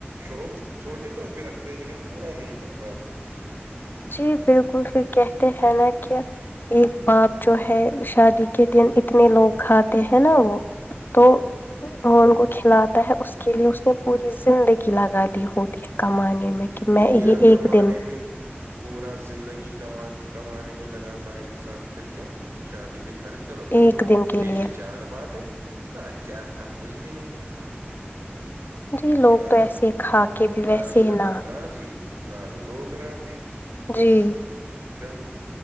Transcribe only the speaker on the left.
جی بالکل پھر کہتے ہیں نا کہ ایک باپ جو ہے شادی کے دن اتنے لوگ کھاتے ہیں نا وہ تو
وہ ان کو کھلاتا ہے اس کے لیے اس نے پوری زندگی لگا دی ہوتی ہے کمانے میں کہ میں
یہ
ایک دن
ایک
دن کے
لیے
جی لوگ
تو ایسے ہی کھا کے بھی
ویسے
ہی نہ
جی